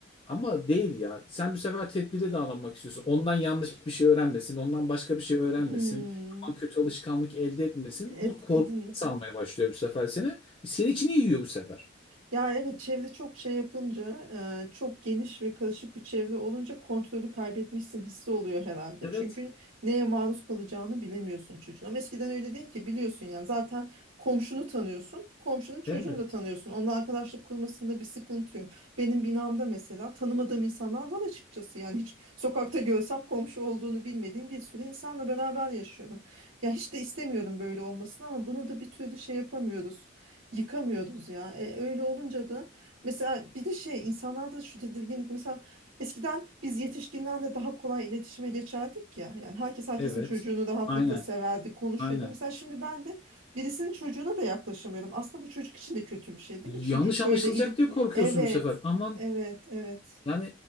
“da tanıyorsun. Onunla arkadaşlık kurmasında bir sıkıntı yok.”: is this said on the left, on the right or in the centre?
Right